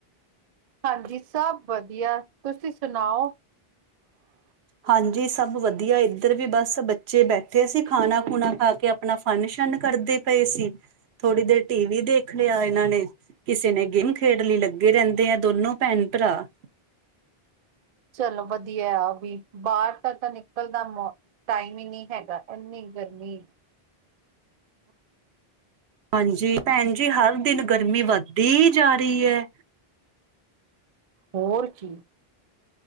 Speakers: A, on the right; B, on the right.
A: ਹਾਂਜੀ, ਸਭ ਵਧੀਆ ਤੁਸੀਂ ਸੁਣਾਓ? ਹ <inaudible>
B: ਹਾਂਜੀ, ਸਭ ਵਧੀਆ ਇੱਧਰ ਵੀ ਬਸ ਬੱਚੇ ਬੈਠੇ ਸੀ ਖਾਣਾ ਖੁਣਾ ਖਾ ਕੇ ਆਪਣਾ ਫੰਨ- ਸ਼ਨ ਕਰਦੇ ਪਏ ਸੀ ਥੋੜੀ ਦੇਰ ਟੀ ਵੀ ਦੇਖ ਲਿਆ ਇਹਨਾਂ ਨੇ ਕਿਸੇ ਨੇ ਗੇਮ ਖੇਡ ਲਈ ਲੱਗੇ ਰਹਿੰਦੇ ਆ ਦੋਨੋ ਭੈਣ, ਭਰਾ।
A: ਚਲੋ ਵਧੀਆ ਆ ਵੀ ਬਾਹਰ ਤਾਂ ਨਿਕਲ ਦਾ ਮੋ ਟਾਈਮ ਹੀ ਨਹੀਂ ਹੈਗਾ। ਇੰਨੀ, ਗਰਮੀ।
B: ਹਾਂਜੀ, ਭੈਣ ਜੀ ਹਰ ਦਿਨ ਗਰਮੀ ਵੱਧਦੀ ਹੀ ਜਾ ਰਹੀ ਹੈ।
A: ਹੋਰ ਚੀ।